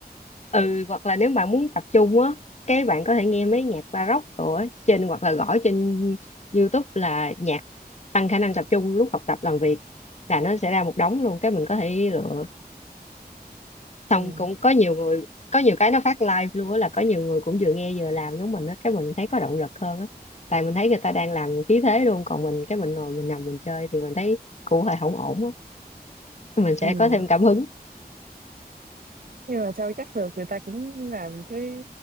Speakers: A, on the left (about 45°); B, on the right (about 60°).
A: ừ hoặc là nếu bạn muốn tập trung á cái bạn có thể nghe mấy nhạc baroque rồi á, trên hoặc là gõ trên YouTube là nhạc tăng khả năng tập trung lúc học tập làm việc là nó sẽ ra một đống luôn cái mình có thể lựa
B: ừ.
A: xong cũng có nhiều người có nhiều cái nó phát live luôn á là có nhiều người cũng vừa nghe vừa làm giống mình á cái mình thấy có động lực hơn á tại mình thấy người ta đang làm khí thế luôn còn mình cái mình ngồi mình nằm mình chơi thì mình thấy cụ hơi không ổn á mình
B: Ừ.
A: sẽ có thêm cảm hứng
B: nhưng mà sao chắc được người ta cũng làm cái